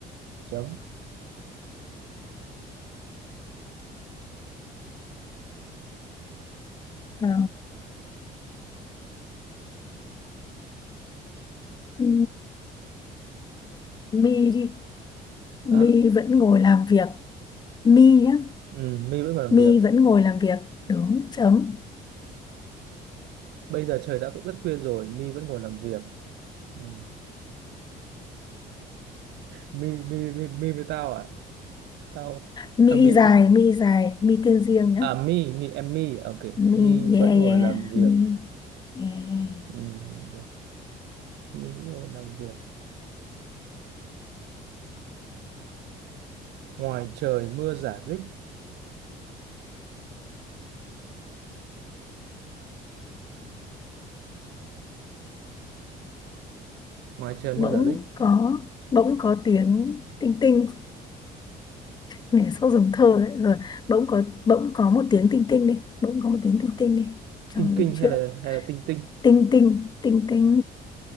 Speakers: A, on the right; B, on the left.
A: chấm
B: Ờ, ừ, mi đi mi
A: á
B: vẫn ngồi làm việc mi nhá
A: ừ, My vẫn còn làm
B: mi
A: việc
B: vẫn ngồi làm việc đúng chấm
A: bây giờ trời đã rất khuya rồi My vẫn ngồi làm việc ừ. My, My, My, My với tao à tao
B: mi
A: à, My
B: dài mi dài mi tên riêng nhá
A: à My, My em My ok
B: mi
A: My
B: yeah
A: vẫn ngồi
B: yeah
A: làm việc
B: mi yeah
A: ừ. được. My vẫn ngồi làm việc ngoài trời mưa rả rích ngoài trời mưa
B: bỗng
A: rả rích
B: có bỗng có tiếng tinh tinh Mẹ sốt giống thơ đấy rồi bỗng có bỗng có một tiếng tinh tinh đi bỗng có một tiếng tinh tinh đi cho
A: kinh kinh
B: dùng chuyện
A: hay là hay là tinh tinh
B: tinh tinh tinh tinh